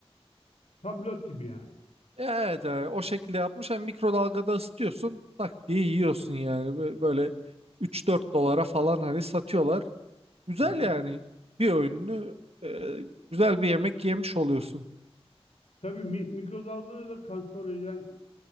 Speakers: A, on the left; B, on the right.
A: Tablet gibi yani.
B: e, evet yani o şekilde yapmış. Hem mikrodalgada ısıtıyorsun tak diye yiyorsun yani. Bö- Böyle üç dört dolara falan hani satıyorlar. Güzel
A: Hı hı.
B: yani bir öğününü e, güzel bir yemek yemiş oluyorsun.
A: Tabii mi, mikrodalgada da kanserojen